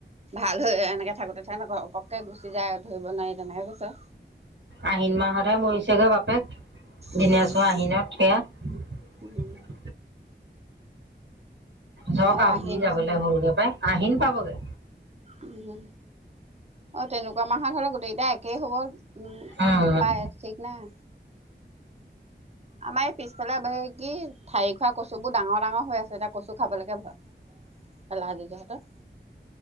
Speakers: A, on the right; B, on the right.
A: ভাল হৈ এনেকে থাকোতে থে নক ঘপককে গুচি যায় ধৰিব নোৱাৰি তেনেকে কৈছে।
B: আহিন মাহতহে মৰিছেগৈ বাপেক।
A: উম
B: দিনেছো আহি নত স।
A: উম
B: যক
A: অ
B: আ
A: আহিন
B: বুঢ়ি যাবলৈ হলগে পাই। আহিন পাবগে।
A: উ অ তেনেকুৱা মাহত হলে গোতে দোইতা একেই হব। উম
B: উম
A: পায় ঠিক নাই। আমাৰ এই পিছফালে কি ঠাইি খোৱা কচু বোৰ ডাঙৰ ডাঙৰ হৈ আছে এতিয়া কচু খাবলৈকে ভয় লাহ য যোৰহতৰ।